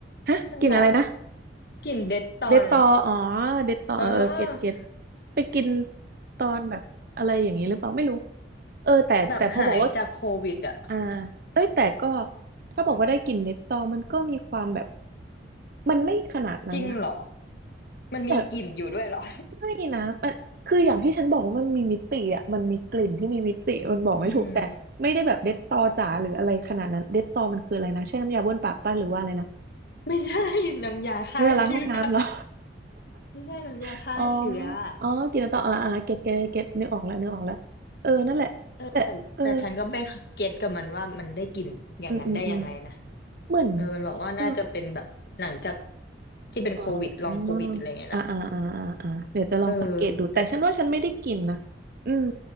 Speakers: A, on the right (about 55°); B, on the left (about 60°).
A: ฮะกินอะไรนะ
B: มันบอกกลิ่นเดทตอน
A: เดตตออ๋อเดตตอเออเออเก็ตเก็ต
B: เออ
A: ไปกินตอนแบบอะไรอย่างนี้หรือเปล่าไม่รู้เออแต่แต่พอบอกว่า
B: แบบหายจากโควิดอะ
A: อ่าเอ้ยแต่ก็ถ้าบอกว่าได้กลิ่นเนตตอมันก็มีความแบบมันไม่ขนาดนั้นนะ
B: จริงเหรอมันมีกลิ่นอยู่ด้วยเหรอ
A: แต่ไม่นะมันคืออย่างที่ฉันบอกว่ามันมีมิติอ่ะมันมีกลิ่นที่มีมิติมันบอกไม่ถูกแต่ไม่ได้แบบเด็ดตอจ๋าหรืออะไรขนาดนั้นเด็ดตอมันคืออะไรนะใช่น้ำยาบ้วนปากป้ะหรือว่าอะไรนะ
B: <laughs> อืมไม่ใช่ <laughs> น้ำยาฆ่าเชื้อ
A: เวลาล้างห้องน้ำเหรอ
B: ไม่ใช่น้ำยาฆ่าเชื้ออะ
A: <laughs> อ๋ออ๋อกินแล้วต่ออ่าอ่าเก็ตเก็ตเก็ตนึกออกแล้วนึกออกแล้วเออนั่นแหละแต่เออ
B: แต่แต่ฉันก็ไม่เก็ตกับมันว่ามันได้กลิ่นอย่างนั้นได้ยังไงนะ
A: อืมอืมอืมเหมือน
B: เออมันบอกว่าน่าจะเป็นแบบหลังจาก
A: เออ
B: ที่เป็นโควิดลองโควิดอะไรเงี้ยนะ
A: อ๋ออ่าอ่าอ่าอ่าอ่าเดี๋ยวจะลองสังเกตดูแต่ฉันว่าฉันไม่ได้กินนะอืม
B: เออแต่